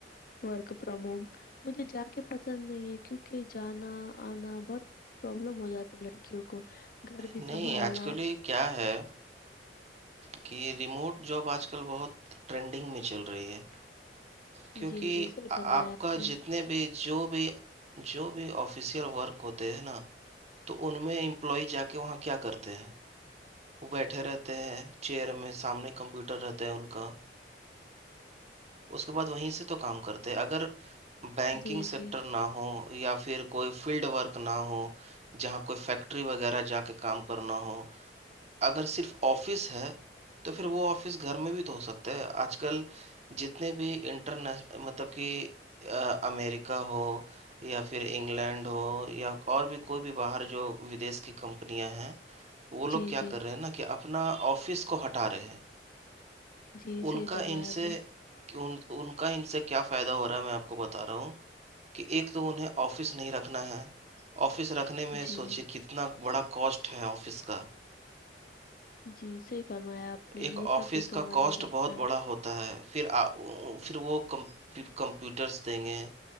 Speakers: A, on the left; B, on the right.
A: ورک فرام ہوم مجھے جا کے پسند نہیں ہے کیونکہ جانا آنا بہت پرابلم ہو جاتا لڑکیوں کو گھر بھی
B: نہیں
A: سنبھالنا
B: آج کل یہ کیا ہے کہ یہ ریموٹ جاب آج کل بہت ٹرینڈنگ میں چل رہی ہے کیک
A: جی جی صحیح فرمایا
B: آپ
A: نے
B: جتنے بھی جو بھی جو بھی آفیشیل ورک ہوتے ہیں نا تو ان میں امپلائی جا کے وہاں کیا کرتے ہیں وہ بیٹھے رہتے ہیں چیئر میں سامنے کمپیوٹر رہتا ہے ان کا اس کے بعد وہیں سے تو کام کرتے ہیں اگر بینکنگ
A: جی جی
B: سیکٹر نہ ہو یا پھر کوئی فیلڈ ورک نہ ہو جہاں کوئی فیکٹری وغیرہ جا کے کام کرنا ہو اگر صرف آفس ہے تو پھر وہ آفس گھر میں بھی تو ہو سکتا ہے آج کل جتنے بھی انٹرنیش مطلب کہ امیریکہ ہو یا پھر انگلینڈ ہو یا اور بھی کوئی بھی باہر جو ودیش کی کمپنیاں ہیں <unintelligible>
A: جی جی
B: ہے نا کہ اپنا آفس کو ہٹا رہے ہیں
A: جی
B: ان
A: صحیح
B: کا
A: فرمایا
B: ان
A: آپ
B: سے
A: نے
B: کہ ان کا ان سے کیا فائدہ ہو رہا ہے میں آپ کو بتا رہا ہوں کہ ایک تو انہیں آفس نہیں رکھنا ہے آفس رکھنے میں
A: جی
B: سوچے کتنا بڑا کاسٹ ہے آفس کا
A: جی صحی فرمایا آپ نے
B: ایک
A: یہ
B: آفس
A: سب بھی تو
B: کا
A: میںنے
B: کاسٹ
A: رکھتا
B: بہت بڑا
A: ہے
B: ہوتا ہے پھر پھر وہ کمپیوٹرس دیں گے